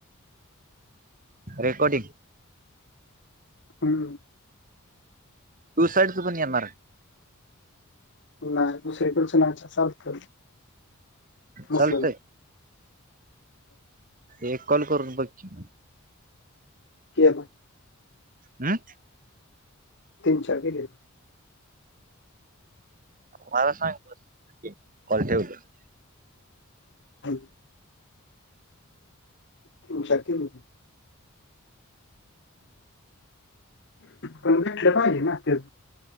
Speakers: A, on the right; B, on the left.
A: रेकॉर्डिंग.
B: हम्म.
A: टू साईडच पण येणार हाय.
B: नाही दुसरीेकडचं नाही च चालत मुस
A: चालतंय एक कॉल करून बघ की?
B: केला.
A: हम्म.
B: तीन, चार केलेत.
A: मला सांग बस की कॉल ठेवलं.
B: आई. तीन, चार केलो. पण भेटलं पाहिजे ना त?